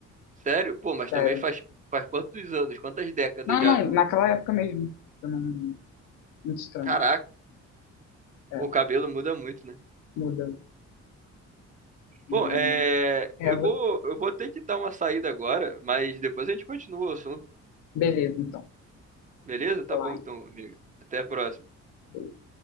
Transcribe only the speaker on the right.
sério? Pô, mas
também faz, faz quantos anos, quantas décadas
já
do.
Caraca,
o cabelo muda muito, né?
Bom,
é,
eu
vou,
eu vou ter que dar uma saída agora, mas depois a gente continua o assunto,
beleza? Tá
bom, então, amigo. Até a próxima.